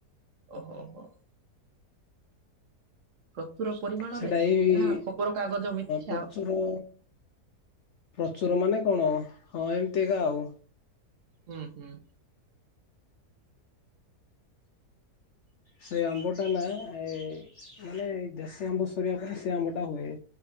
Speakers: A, on the right; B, on the left.
A: ଓହୋ ହୋ ପ୍ରଚୁର ପରିମାଣରେ
B: ସେଟା ଏଇ ହିଁ
A: ନା ଖବର କାଗଜ ମିଥ୍ୟା।
B: ପ୍ରଚୁର ପ୍ରଚୁର ମାନେ କଣ ହଁ ଏମିତିଏକା ଆଉ
A: ହୁଁ ହୁଁ।
B: ସେଇ ଆମ୍ବଟା ନାଇଏ ମାନେ ଦେଶୀ ଆମ୍ବ ସରିବା ପରେ ସେ ଆମ୍ବ ଟା ହୁଏ।